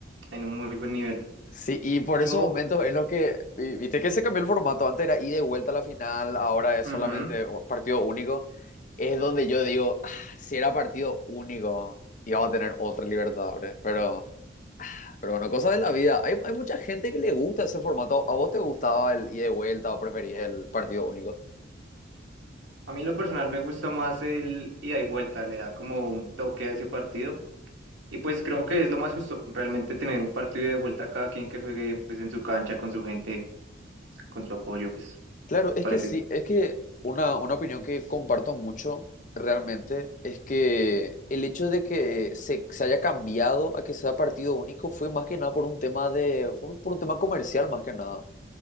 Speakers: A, on the right; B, on the left.
A: en un muy buen nivel.
B: Sí, y por
A: Yo,
B: esos momentos en los que, vi- viste que se cambió el formato, antes era ida y vuelta a la final, ahora es
A: ujú.
B: solamente u- partido único, es donde yo digo, "Ah, si era partido único, íbamos a tener otra Libertadores, pero, pero bueno, cosas de la vida, hay, hay mucha gente que le gusta ese formato, ¿a vos te gustaba el ida y vuelta o preferís el partido único?
A: A mí en lo personal me gusta más el ida y vuelta, le da como un toque a ese partido. Y pues creo que es lo más justo, realmente tener un partido de vuelta a cada quien que juegue pues en su cancha, con su gente, con su apoyo, pues
B: Claro,
A: me
B: es
A: parece
B: que sí, es que una, una opinión que comparto mucho realmente es que el hecho de que se, se haya cambiado a que sea partido único fue más que nada por un tema de, por, un por un tema comercial más que nada,